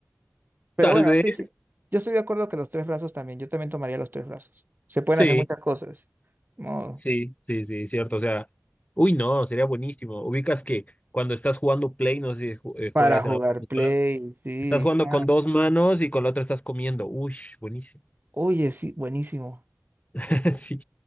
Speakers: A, on the right; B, on the left.
A: Pero
B: tal
A: bueno,
B: vez,
A: sí, sí. Yo estoy de acuerdo que los tres brazos también, yo también tomaría los tres brazos. Se pueden
B: sí,
A: hacer muchas cosas, ¿no?
B: sí, sí, sí, cierto, o sea, uy, no, sería buenísimo. Ubicas que cuando estás jugando Play, no sé si ju- eh,
A: Para
B: juegas
A: jugar
B: en la consola,
A: play, sí.
B: estás jugando
A: Ah,
B: con dos manos y con la otra estás comiendo, uy, buenísimo.
A: oye, sí, buenísimo.
B: <laughs> Así,